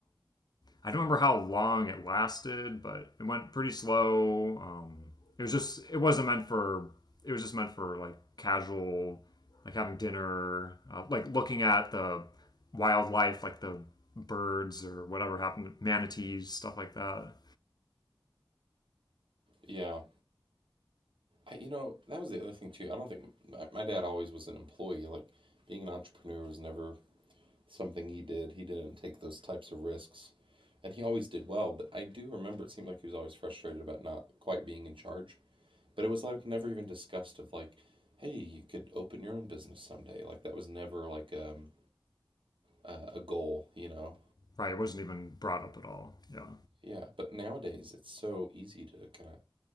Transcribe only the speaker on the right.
Yeah. I, you know, that was the other thing too. I don't think my, my dad always was an employee. Like being an entrepreneur was never something he did. He didn't take those types of risks. And he always did well, but I do remember it seemed like he was always frustrated about not quite being in charge. But it was like never even discussed of like, hey, you could open your own business someday. Like that was never like um uh, a goal, you know?
Yeah. But nowadays, it's so easy to kind of